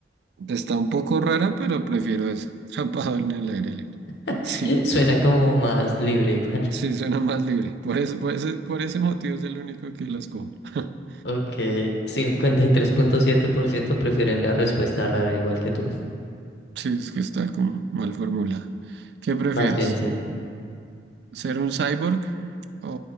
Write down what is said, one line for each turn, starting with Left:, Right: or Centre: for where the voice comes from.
Right: está un poco rara, pero prefiero eso. <laughs> Atrapado en el aire libre.
Left: <laughs>
Right: Sí,
Left: Suena como más libre igual.
Right: sí, suena más libre. Por eso, por ese, por ese motivo es el único que las cojo. <laughs>
Left: Ok, 53.7% prefieren la respuesta rara igual que tú.
Right: Sí, es que está como mal formulada. ¿Qué prefieres?
Left: Más bien, sí.
Right: ¿Ser un cyborg o